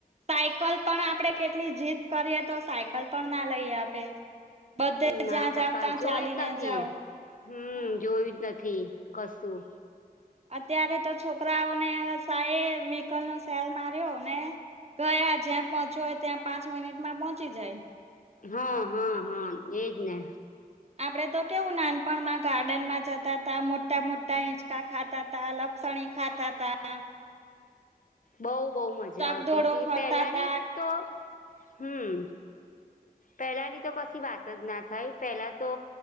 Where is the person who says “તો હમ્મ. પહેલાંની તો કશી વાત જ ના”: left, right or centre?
Left